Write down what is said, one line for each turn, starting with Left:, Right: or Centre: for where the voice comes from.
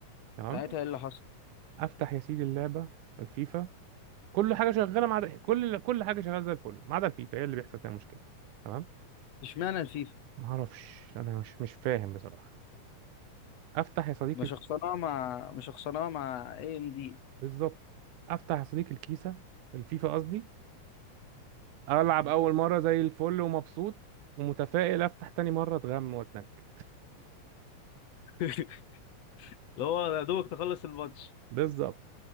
Right: تمام
Left: ساعتها ايه اللي حصل
Right: افتح يا سيدي اللعبة الفيفا كل حاجة شغالة ما عدا كل كل حاجة شغالة زي الفل ما عدا الفيفا هي اللي بيحصل فيها مشكلة تمام
Left: اشمعنى الفيفا
Right: ما اعرفش انا مش مش فاهم بصراحة افتح يا صديقي
Left: مش
Right: ال-
Left: خسرناها مع مش خسرناها مع اي ام دي
Right: بالظبط افتح يا صديقي الكيسة الفيفا قصدي العب اول مرة زي الفل ومبسوط ومتفائل افتح تاني مرة اتغم واتنك
Left: <laughs> اللي هو يا دوبك تخلص الماتش
Right: بالظبط